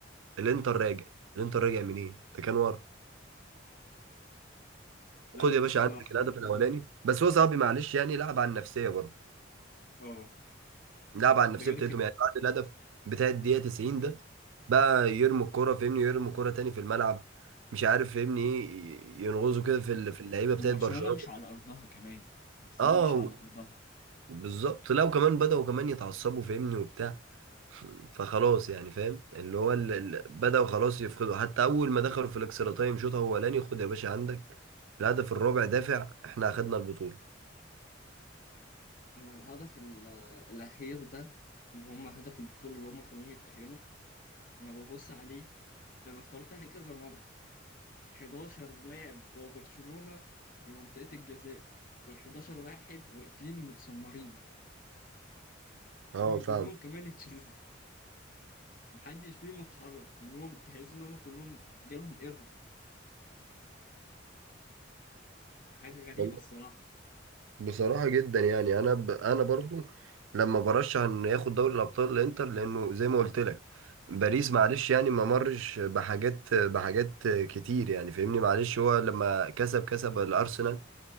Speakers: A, on the right (about 85°); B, on the left (about 45°).
A: الانتر راجع الانتر راجع منين ده كان ورا
B: لا
A: خد
B: بس
A: يا باشا
B: الصراحة
A: عندك الهدف الاولاني بس هو صاحبي معلش يعني لعب على النفسيه برضه
B: اه
A: لعب على النفسيه
B: ده غير
A: بتاعتهم
B: كده
A: يعني بعد الهدف بتاع الدقيقه 90 ده بقى يرموا الكرة فاهمني يرموا الكرة تاني في الملعب مش عارف فاهمني ايه ينغزوا كده في ال- في اللعيبه
B: وبرشلونة
A: بتاعت برشلونه
B: مش على أرضها كمان برشلونة
A: اه
B: مش على أرضها
A: بالظبط لا وكمان بدأوا كمان يتعصبوا فاهمني وبتاع <laughs> فخلاص يعني فاهم اللي هو ال... ال... بدأوا خلاص يفقدوا حتى أول ما دخلوا في الإكسترا تايم شوط أولاني خد يا باشا عندك الهدف الرابع دافع إحنا أخدنا البطولة
B: أنا الهدف ال- آه، الأخير ده اللي هم هدف البطولة اللي هم خلوهم يتأهلوا أنا ببص عليه ده انا اتفرجت عليه كذا مره 11 لاعب بتوع برشلونه في منطقه الجزاء وال 11 واحد واقفين متسمرين
A: اه
B: ومن
A: فاهم
B: ضمنهم كمان تشيزني محدش فيهم اتحرك كلهم تحس ان هم كلهم جالهم ايرور يعني حاجه غريبه
A: والله
B: الصراحه
A: بصراحة جدا يعني أنا ب... أنا برضو لما برشح إنه ياخد دوري الأبطال الإنتر لأنه زي ما قلت لك باريس معلش يعني ما مرش بحاجات بحاجات كتير يعني فاهمني معلش هو لما كسب كسب الأرسنال